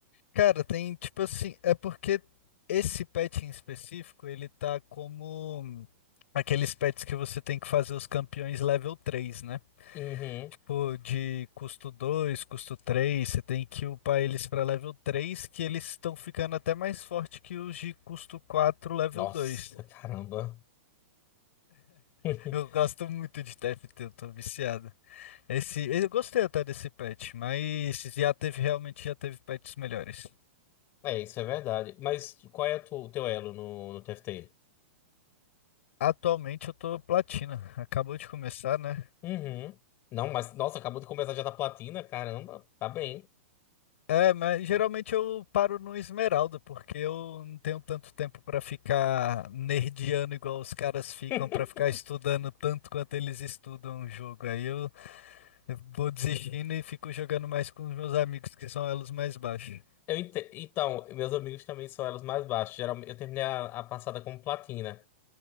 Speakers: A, on the left; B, on the left.
A: Cara, tem tipo assim, é porque esse pet em específico, ele tá como aqueles pets que você tem que fazer os campeões level três né?
B: Uhum.
A: Tipo, de custo 2, custo 3. você tem que upar eles para level 3 que eles estão ficando até mais forte que os de custo 4 level
B: Nossa,
A: 2.
B: caramba. <laughs>
A: Eu gosto muito de TFT, eu tô viciado. Esse, eu gostei até desse patch, mas já teve, realmente já teve patches melhores.
B: É, isso é verdade. Mas qual é o teu elo no, no TFT?
A: Atualmente eu tô platina, acabou de começar, né?
B: Uhum. Não, mas nossa, acabou de começar já da platina, caramba, tá bem.
A: É, mas geralmente eu paro no Esmeralda, porque eu não tenho tanto tempo pra ficar nerdiano igual os caras ficam,
B: <laughs>
A: pra ficar estudando tanto quanto eles estudam o jogo. Aí eu eu vou desistindo e fico jogando mais com os meus amigos, que são elos mais baixos.
B: Eu ente- Então, meus amigos também são elos mais baixos. Geralmente, eu terminei a, a passada como platina.